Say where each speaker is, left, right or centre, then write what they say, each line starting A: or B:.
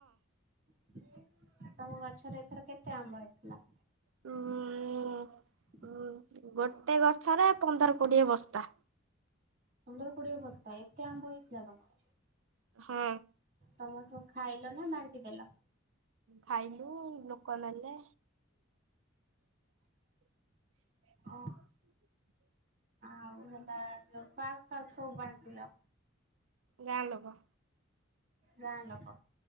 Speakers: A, on the right (about 50°); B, on the right (about 80°).
A: <inaudible> ତମ ଗଛରେ ଏଥର କେତେ ଆମ୍ବ ଆଇଥିଲା?
B: ହଁ ଉଁ
A: <inaudible>
B: ଉଁ ଗୋଟେ ଗଛରେ ପନ୍ଦର କୋଡିଏ ବସ୍ତା।
A: ପନ୍ଦର କୋଡିଏ ବସ୍ତା ଏତେ <unintelligible>
B: ହୁଁ।
A: ତମର ସବୁ ଖାଇଲ ନା ବାଣ୍ଟି ଦେଲ?
B: ଖାଇଲୁ ଲୋକ ନେଲେ। <inaudible>
A: ଓ ଆଉ ହେଲା ପାକ୍ ଫାକ୍ ସବୁ ବାଣ୍ଟିଲ।
B: ଗାଁ ଲୋକ
A: ଗାଁ ଲୋକ